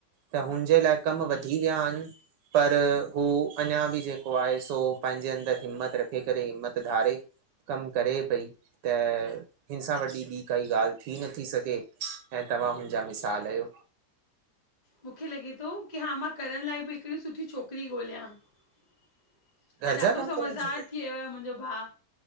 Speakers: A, on the right (about 80°); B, on the left (about 30°).
A: त हुनजे लाइ कम वधी विया आहिनि पर हू अञां बि जेको आहे सो पंहिंजे अंदर हिमथ रखे करे हिमथ धारे कम करे पई त हिन सां वॾी ॿी काई ॻाल्हि थी नथी सघे ऐं तव्हां हुनजा मिसाल आहियो।
B: मूंखे लॻे थो की हा मां करण लाइ बि हिकिड़ी सुठी छोकिरी ॻोल्हियां हा,
A: घर जा
B: ॾाढो
A: कमु
B: समझदार
A: करण जे लाइ
B: थी वियो आहे मुंहिंजो भाउ